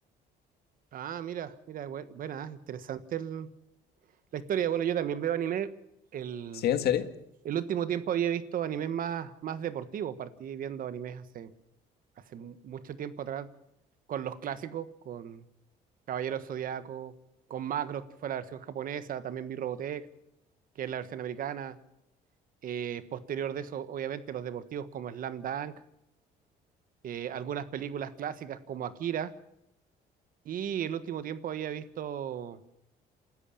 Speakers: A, on the right (about 55°); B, on the left (about 70°).
A: Ah, mira, mira, bu- buena, interesante el- la historia. Bueno, yo también veo anime. El,
B: ¿Sí, en serio?
A: el último tiempo había visto animes más, más deportivos. Partí viendo animes hace, hace mu- mucho tiempo atrás con los clásicos, con Caballero Zodiaco, con Macros, que fue la versión japonesa. También vi Robotech, que es la versión americana. Eh, posterior de eso, obviamente, los deportivos como Slam Dunk, eh, algunas películas clásicas como Akira Y el último tiempo había visto,